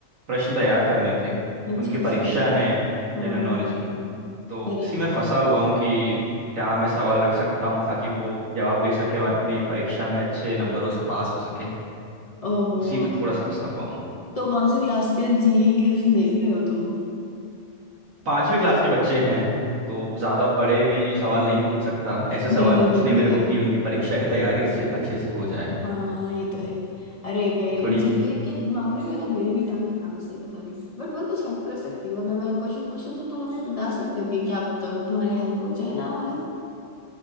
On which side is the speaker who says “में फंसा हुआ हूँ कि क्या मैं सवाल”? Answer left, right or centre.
Right